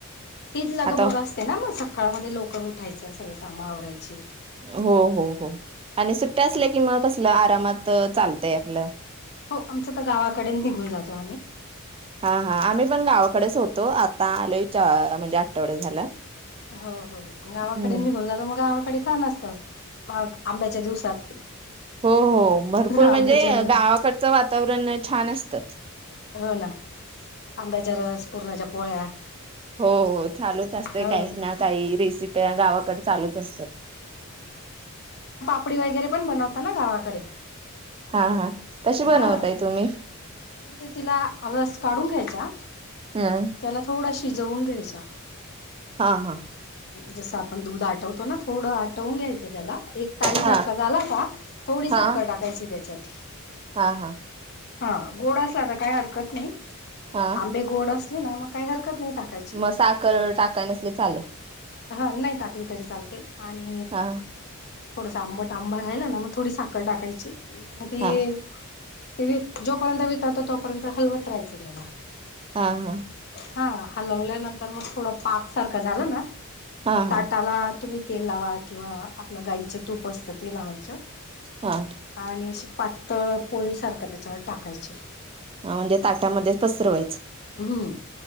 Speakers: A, on the left (about 50°); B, on the right (about 25°).
A: ती लग
B: आता
A: बघ असते ना मग सकाळमध्ये लवकर उठायचं सगळे कामं आवरायची
B: हो हो हो
A: हम्म
B: आणि सुट्ट्या असल्या कि म कसलं आरामात चालतय आपलं.
A: हो आमचं तर गावाकडे निघून जातो आम्ही
B: हा हा आम्ही पण गावाकडेच होतो आता आलो म्हणजे आठवड्या झाला.
A: हो हो गावाकडे
B: हम्म
A: निघून जातो मग गावा गावाकडे छान असत मग आंब्याच्या दिवसात
B: हो हो भरपूर म्हणजे
A: आंब्याचा रस
B: गावाकडचं वातावरण छान असत.
A: हो ना आंब्याच्या रस पुरणाच्या पोळ्या
B: हो चालूच असते
A: हो
B: काही ना काही रेसिपी गावाकडे चालूच असते.
A: कापडी वगैरे पण बनवता ना गावाकडे
B: हा हा कशी बनवताय
A: हा
B: तुम्ही.
A: म्हणजे तिला रस काढून घ्यायचा
B: हम्म.
A: त्याला थोडा शिजवून घ्यायच्या
B: हा हा.
A: जसं आपण दूध आटवतो ना थोडं आटवून घ्यायचं त्याला एक तारी
B: हा
A: सारखा झाला का थोडी साखर
B: हा
A: टाकायची त्याच्यात
B: हा हा.
A: हा गोड असला ना काही हरकत नाही
B: हा
A: आंबे गोड असले ना मग काही हरकत नाही. टाकायची
B: मग साखर टाकाय नसली चालेल.
A: हा नाही टाकली तरी चालते आणि
B: हा
A: थोडस आंबट आंबा राहिला ना मग थोडी साखर टाकायची मग ते
B: हा
A: ते जोपर्यंत विचारतो तोपर्यंत हलवत राहायचं त्याला.
B: हा हा
A: हा हलवल्यानंतर मग थोडं पाक सारखं झालं ना
B: हा
A: मग
B: हा
A: ताटाला तुम्ही तेल लावा किंवा आपलं गाईीचं तूप असतं ते लावायच
B: हा
A: आणि असे पातळ पोळी सारखं त्याच्यावर टाकायचे
B: हा म्हणजे ताट्यामध्ये पसरवायचं
A: हम्म